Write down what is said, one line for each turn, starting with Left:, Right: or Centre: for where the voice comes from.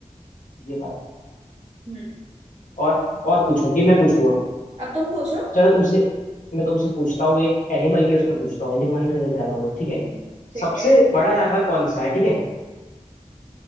Left: है ये बात
Right: हम्म
Left: और और पूछो कि मैं पूछूँ
Right: अब तुम पूछो
Left: चलो तुमसे मैं तुमसे पूछता हूँ एक एनिमल के उसमें पूछता हूँ एनिमल में लेके ज्यादा हुए ठीक है
Right: हम्म। ठीक
Left: सबसे
Right: है
Left: बड़ा जानवर कौन सा है ठीक है